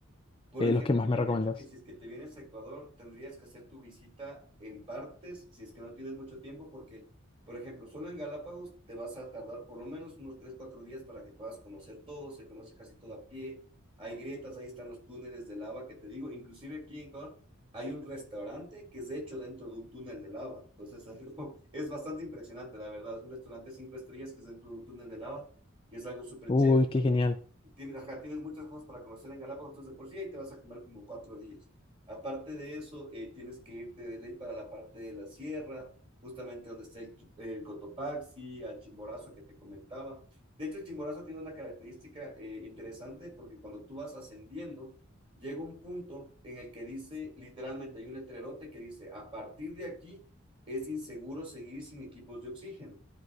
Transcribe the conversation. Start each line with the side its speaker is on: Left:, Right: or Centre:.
Right: Por
Left: eh,
Right: ejemplo,
Left: los que más me
Right: yo
Left: recomendás.
Right: creo que si es que te vienes a Ecuador, tendrías que hacer tu visita en partes, si es que no tienes mucho tiempo, porque, por ejemplo, solo en Galápagos te vas a tardar por lo menos unos 3 4 días para que puedas conocer todo, se conoce casi todo a pie, hay grietas, ahí están los túneles de lava que te digo, inclusive aquí en Ecuador hay un restaurante que es hecho dentro de un túnel de lava, entonces <laughs> algo- es bastante impresionante, la verdad, es un restaurante cinco estrellas que es dentro de un túnel de lava, que es algo súper
Left: Uy,
Right: chévere
Left: qué genial.
Right: Tienes, ajá, tienes muchas cosas para conocer en Galápagos, entonces de por sí ahí te vas a comer como cuatro días. Aparte de eso, eh, tienes que irte de ley para la parte de la sierra, justamente donde está el, Qui- el Cotopaxi, al Chimborazo que te comentaba. De hecho, el Chimborazo tiene una característica eh, interesante porque cuando tú vas ascendiendo, llega un punto en el que dice, literalmente hay un letrerote que dice, a partir de aquí es inseguro seguir sin equipos de oxígeno.